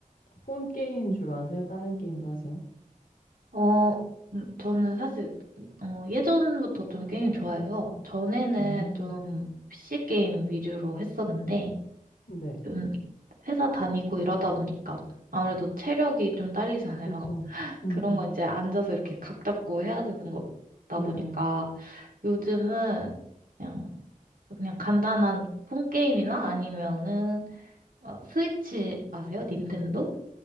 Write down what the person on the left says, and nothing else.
폰 게임 주로 하세요? 다른 게임도 하세요?
음,
네.
그쵸.
음,
음.
네.